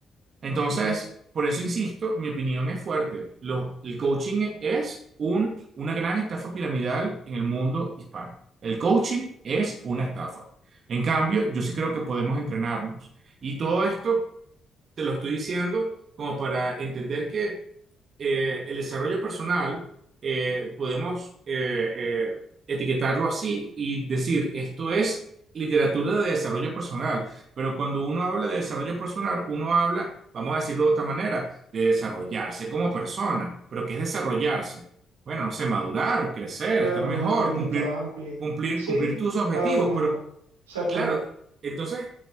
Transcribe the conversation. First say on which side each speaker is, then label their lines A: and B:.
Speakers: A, on the right; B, on the right.
A: Entonces,
B: Ya.
A: por eso insisto, mi opinión es fuerte. Los- el coaching es un, una gran estafa piramidal en el mundo hispano. El coaching es una estafa. En cambio, yo sí creo que podemos entrenarnos. Y todo esto te lo estoy diciendo como para entender que eh, el desarrollo personal eh, podemos eh, eh, etiquetarlo así y decir, esto es literatura de desarrollo personal. Pero cuando uno habla de desarrollo personal, uno habla, vamos a decirlo de otra manera, de desarrollarse como persona. ¿Pero qué es desarrollarse? Bueno, no sé, madurar, crecer,
B: Claro,
A: estar mejor,
B: una pregunta
A: cumplir,
B: amplia.
A: cumplir,
B: Sí,
A: cumplir tus objetivos,
B: cada uno,
A: pero
B: exactamente.
A: Claro, entonces